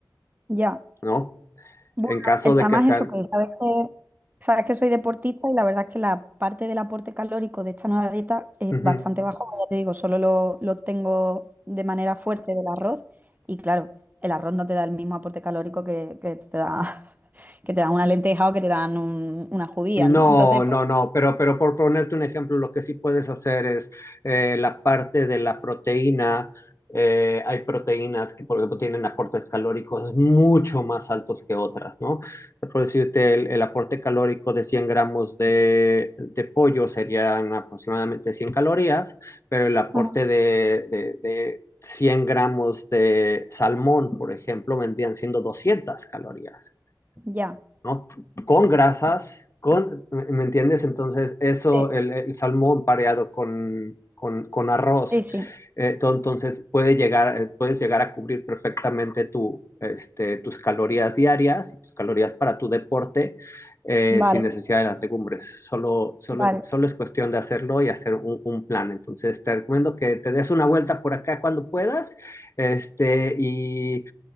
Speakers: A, on the right (about 20°); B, on the left (about 40°).
A: ya.
B: ¿no?
A: Bueno,
B: En caso
A: el-
B: de
A: además
B: que sean...
A: eso que sabes que sabes que soy deportista y la verdad es que la parte del aporte calórico de esta nueva dieta es
B: Ujú.
A: bastante bajo, como ya te digo, solo lo, lo tengo de manera fuerte del arroz y claro, el arroz no te da el mismo aporte calórico que, que te da <laughs> que te dan una lenteja o que te dan un- unas judías,
B: No,
A: ¿no? Entonces,
B: no,
A: pues,
B: no, pero, pero por ponerte un ejemplo, lo que sí puedes hacer es eh, la parte de la proteína. eh, hay proteínas que, por ejemplo, tienen aportes calóricos mucho más altos que otras, ¿no? Por decirte, el, el aporte calórico de 100 gramos de, de pollo serían aproximadamente 100 calorías, pero el aporte
A: Ajá.
B: de, de, de 100 gramos de salmón, por ejemplo, vendrían siendo 200 calorías.
A: ya.
B: ¿no? Con grasas, con, ¿me entiendes? Entonces, eso,
A: Sí,
B: el, el salmón pareado con, con, con arroz,
A: sí, sí.
B: eh, to- entonces puede llegar, eh, puedes llegar a cubrir perfectamente tu, este, tus calorías diarias y tus calorías para tu deporte eh,
A: Vale,
B: sin necesidad de las legumbres. Solo, solo,
A: vale.
B: solo es cuestión de hacerlo y hacer un, un, plan. Entonces te recomiendo que te des una vuelta por acá cuando puedas este, y,